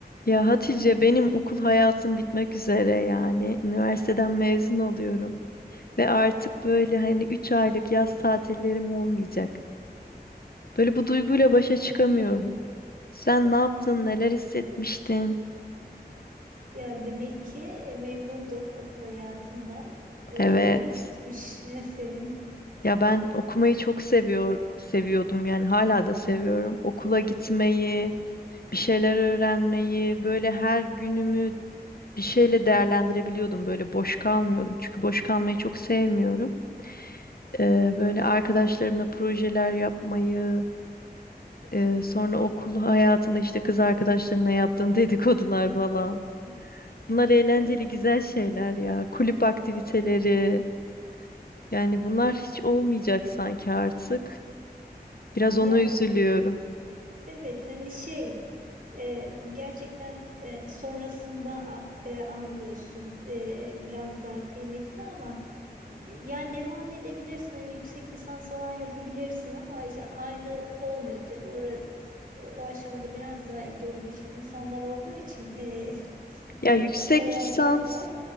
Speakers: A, on the left; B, on the right.
A: Ya Hatice benim okul hayatım bitmek üzere yani. Üniversiteden mezun oluyorum ve artık böyle hani 3 aylık yaz tatillerim olmayacak. Böyle bu duyguyla başa çıkamıyorum. Sen ne yaptın? Neler hissetmiştin?
B: Ya demek ki e, memnundun okul hayatından. Ee,
A: Evet.
B: iyi geçmiş <laughs> senin.
A: Ya ben okumayı çok seviyor seviyordum yani hala da seviyorum. Okula gitmeyi, bir şeyler öğrenmeyi, böyle her günümü bir şeyle değerlendirebiliyordum. Böyle boş kalmıyordum. Çünkü boş kalmayı çok sevmiyorum. Eee, böyle arkadaşlarımla projeler yapmayı, eee, sonra okul hayatında işte kız arkadaşlarına yaptığın <laughs> dedikodular falan. Bunlar eğlenceli,
B: Evet.
A: güzel şeyler ya. Kulüp aktiviteleri. Yani bunlar hiç olmayacak sanki artık. Biraz
B: Ya
A: ona üzülüyorum.
B: evet hani şey e, gerçekten e, sonrasında a- e, anlıyorsun e, biraz daha kıymetini ama e, yani devam edebilirsin hani yüksek lisans falan yapabilirsin ama işte aynı olmuyor tabii orası, o, o aşamada biraz daha ideolojik insanlar olduğu için e, <laughs>
A: Ya
B: yani
A: yüksek
B: okul hayatı
A: lisans,
B: kadar